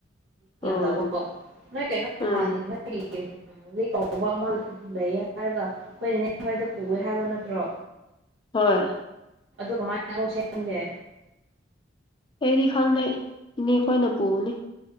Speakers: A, on the left; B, on the right.
A: ꯑꯣ
B: ꯇꯧꯕ ꯅꯣꯏ ꯀꯩꯅꯣ ꯅꯍꯥꯟ
A: ꯎꯝ
B: ꯅꯒꯤ <unintelligible> ꯀꯧꯕ ꯑꯃ ꯂꯩ ꯍꯥꯏꯔꯒ ꯑꯩꯈꯣꯏꯅꯅꯦ ꯁꯋꯥꯣꯏꯗ ꯄꯨꯑꯦ ꯍꯥꯏꯕ ꯅꯠꯇ꯭ꯔꯣ
A: ꯍꯣꯏ
B: ꯑꯗꯨ ꯀꯃꯥꯏꯅ ꯑꯃꯨꯛ ꯁꯦꯝꯒꯦ
A: ꯑꯩꯗꯤ ꯈꯪꯗꯦ ꯏꯅꯦ ꯑꯩꯈꯣꯏꯅ ꯄꯨꯕꯅꯤ